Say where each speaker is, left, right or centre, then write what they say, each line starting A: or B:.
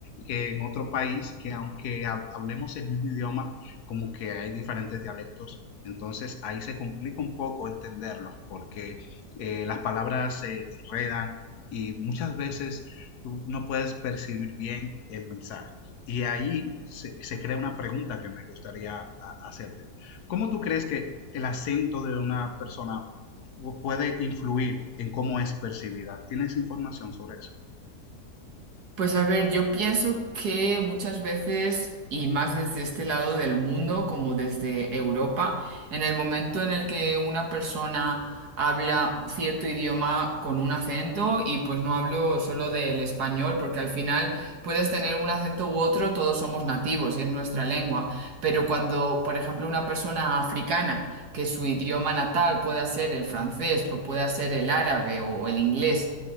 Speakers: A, on the left; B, on the right.
A: que en otro país, que aunque hab- hablemos el mismo idioma, como que hay diferentes dialectos entonces ahí se complica un poco entenderlos porque eh, las palabras se enredan y muchas veces tú no puedes percibir bien el mensaje. Y ahí se, se crea una pregunta que me gustaría a- hacerte. ¿Cómo tú crees que el acento de una persona pu- puede influir en cómo es percibida? ¿Tienes información sobre eso?
B: Pues a ver, yo pienso que muchas veces, y más desde este lado del mundo, como desde Europa, en el momento en el que una persona habla cierto idioma con un acento, y pues no hablo solo del español, porque al final puedes tener un acento u otro, todos somos nativos y es nuestra lengua, pero cuando, por ejemplo, una persona africana, que su idioma natal pueda ser el francés o pueda ser el árabe o el inglés,